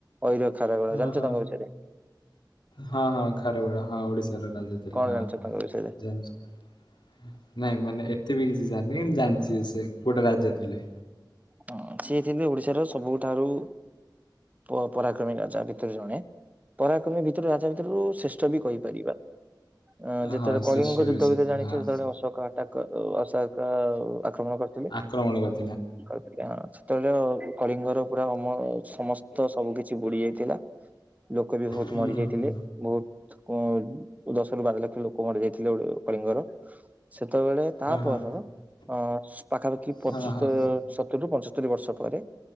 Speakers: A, on the right; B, on the left.
A: ଐର ଖାରବେଳ
B: ହଁ
A: ଜାଣିଛ
B: ହଁ
A: ତାଙ୍କ ବିଷୟରେ
B: ହଁ ହଁ ଖାରବେଳ ହଁ ଓଡିଶାର ରାଜା ଥିଲେ
A: କଣ
B: ହଁ
A: ଜାଣିଛ ତାଙ୍କ ବିଷୟରେ?
B: ଜାଣିଚି। ନାଇଁ ମାନେ ଏତେ ବି କିଛି ଜାଣିିନି ଜାଣିଛି ସେ ଗୋଟେ ରାଜା ଥିଲେ।
A: ହଁ ସିଏ ଥିଲେ ଓଡିଶାର ସବୁଠାରୁ ପ ପରାକ୍ରମୀ ରାଜା ଭିତରେ ଜଣେ ପରାକ୍ରମୀ ଭିତରୁ ରାଜା ଭିତରୁ ଶ୍ରେ ଷ୍ଠ ବି କହିପାରିବା। ଅ ଯେତେବେଳେ
B: ହଁ
A: କଳିଙ୍ଗ
B: ଶ୍ରେଷ୍ୟ ବି
A: ଯୁଦ୍ଧ
B: ସେ
A: ବିଷୟରେ
B: ଥିଲେ
A: ଜାଣିଛି
B: ହଁ
A: ଯେତେବେଳେ ଅଶୋକ ଆଟାକ ଅଶୋକ ଆକ୍ରମଣ କରିଥିଲେ।
B: ଆକ୍ରମଣ କରି
A: କରିଥିଲେ ହଁ ସେତେବେଳେ କଳିଙ୍ଗର ପୁରା ମ ସମସ୍ତ ସବୁ କିଛି ବୁଡି ଯାଇଥିଲା। ଲୋକ ବି ବହୁତ
B: ହୁଁ
A: ମରିଯାଇଥିଲେ
B: ହୁଁ ହୁଁ
A: ବହୁତ ଦଶ କି ବାର ଲକ୍ଷ ଲୋକ ମରି ଯାଇଥିଲେ କଳିଙ୍ଗର ସେତେବେଳେ ତା
B: ହଁ
A: ପରର
B: ହଁ
A: ଅ ପାଖାପାଖି ପଚିଷ
B: ହଁ ହଁ
A: ସତୁରୀ ରୁ ପଞ୍ଚସ୍ତରୀ ବର୍ଷ ପରେ